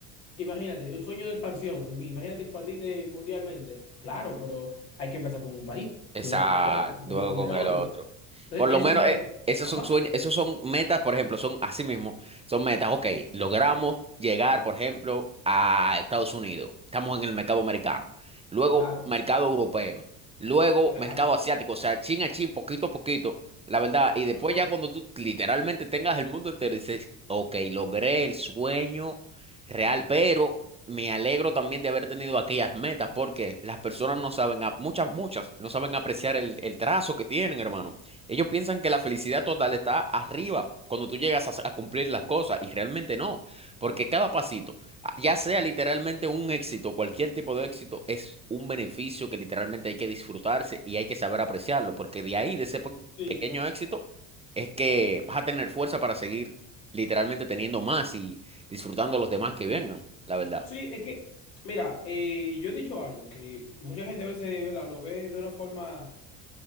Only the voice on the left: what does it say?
imagínate, un sueño de expansión. Im- Imagínate expandirte mundialmente. Claro, pero hay que empezar con un país,
luego con el otro, luego
con el
otro.
Entonces,
esas
metas.
Ajá,
claro,
claro,
claro.
Sí,
sí.
Sí, es que, mira, eh, yo he dicho algo que mucha gente a veces, ¿verdad? Lo ve de una forma,